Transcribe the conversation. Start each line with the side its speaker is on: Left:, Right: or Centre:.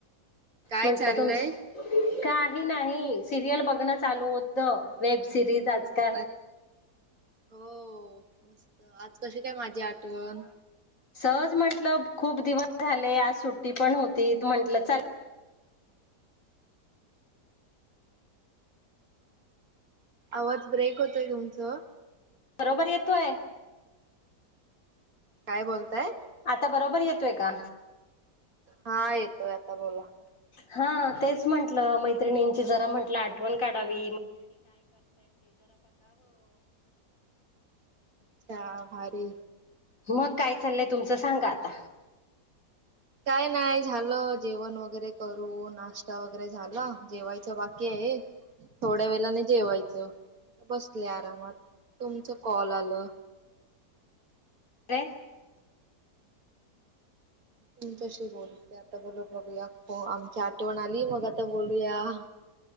Right: काय
Left: म्हंटलं
Right: चाललय
Left: तुमचं काही नाही सिरियल बघणं चालू होत वेब सिरीज आजकाल
Right: अ- हो मस्त आज कशी काय माझी आठवण
Left: सहज म्हट खूप दिवस झाले आज सुट ी पण होती म्हंटलं चल
Right: आवाज ब्रेक होतोय तुमचं
Left: बरोबर येतोय.
Right: काय बोलताय,
Left: आता बरोबर येतोय का?
Right: हा येतोय आता बोला,
Left: हा तेच म्हंटलं मैत्रिणींची जरा म्हंटलं आठवण काढावी
Right: अत्या भारी.
Left: मग काय चाललंय तुमचं सांगा आता.
Right: काय नाय झालं जेवण वगैरे करू, नाश्ता वगैरे झाला. जेवायचं बाकी आहे. थोड्या वेलाने जेवायचं, बसले आरामात, तुमच कॉल आलं.
Left: रे
Right: तुमच्यासी बोलते आता, बोल बगुया कोण आम्ही चाठवण आली मग आता बोलूया <inaudible>